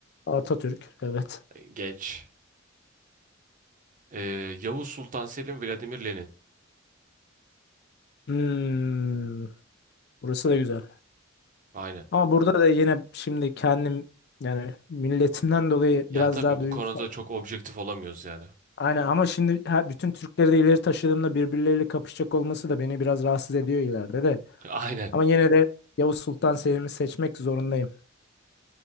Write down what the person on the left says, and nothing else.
Atatürk. Evet.
Hmm, burası da güzel.
Ama burada da yine şimdi kendim yani milletimden dolayı
biraz
daha duygusal
Aynen ama şimdi her, bütün Türkleri de ileri taşıdığımda birbirleriyle kapışacak olması da beni biraz rahatsız ediyor ileride de.
Ama yine de Yavuz Sultan Selim'i seçmek zorundayım.